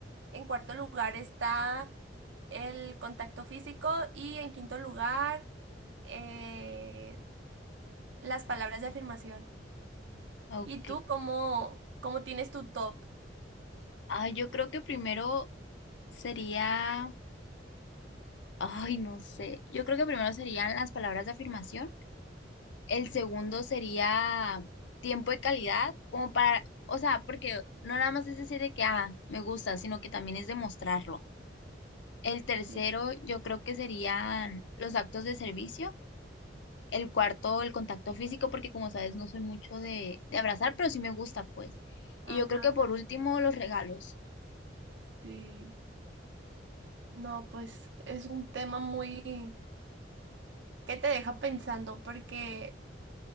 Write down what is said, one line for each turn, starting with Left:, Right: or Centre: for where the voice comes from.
Right: en cuarto lugar está el contacto físico y en quinto lugar eh, las palabras de afirmación.
Left: ok.
Right: ¿Y tú cómo, cómo tienes tu top?
Left: Ay, yo creo que primero sería, ay, no sé, yo creo que primero serían las palabras de afirmación, el segundo sería tiempo de calidad, como para, o sea, porque no nada más es decir de que, ah, me gusta, sino que también es demostrarlo. El tercero,
Right: Sí.
Left: yo creo que serían los actos de servicio, el cuarto, el contacto físico, porque como sabes, no soy mucho de, de abrazar, pero sí me gusta, pues.
Right: Ajá.
Left: Y yo creo que por último, los regalos.
Right: Sí. No, pues es un tema muy que te deja pensando porque